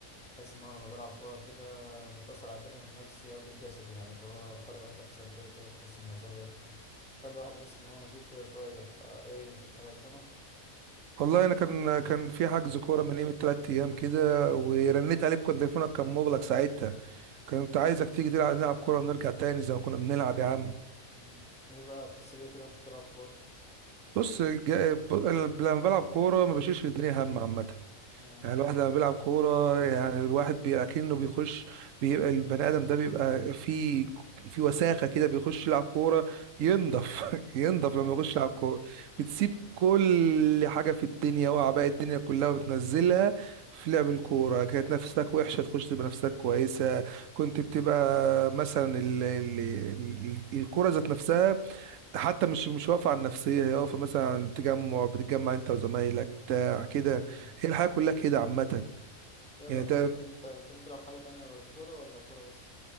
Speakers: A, in the centre; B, on the right (about 75°).
A: يحس ان هو لما بيلعب كورة كده بتأثر على الجانب النفسي قبل الجسدي يعني اللي هو تفرغ اي طاقة سلبية كده تحسن مزاجك تخلي الواحد يحس ان هو نشيط كده شوية فايه مفيش حاجة قدامك
B: والله انا كان كان في حجز كوره من قيمه تلات ايام كده ورنيت عليك كان تليفونك كان مغلق ساعتها كنت
A: مم.
B: عايزك تيجي تلعب نلعب كوره ونرجع تاني زي ما كنا بنلعب يا عم
A: مم. ايه بقى تحس بيه كده وانت بتلعب كورة
B: بص جا- ب- لما بلعب كوره ما بشيلش الدنيا هم عامه
A: اه
B: يعني الواحد لما بيلعب كورة يعني الواحد بي- اكنه بيخش بيبقى البني آدم ده بيبقى في في وساخة كده بيخش يلعب كورة ينضف <laughs> ينضف
A: دي
B: لما
A: حقيقة
B: يخش يلعب كورة بتسيب كل حاجة في الدنيا وأعباء الدنيا كلها وبتنزلها في لعب الكورة كانت نفسك وحشة تخش تبقى نفسك كويسة كنت بتبقى مثلا ال... ال... ال... الكورة ذات نفسها حتى مش مش واقفة على النفسية هي واقفة مثلا تجمع بتتجمع انت وزمايلك بتاع كده
A: مم.
B: هي الحياة كلها كده عامة
A: يلا
B: يعني انت
A: خير انت بتحب تلعب حاجة تانية غير الكورة ولا الكورة بس؟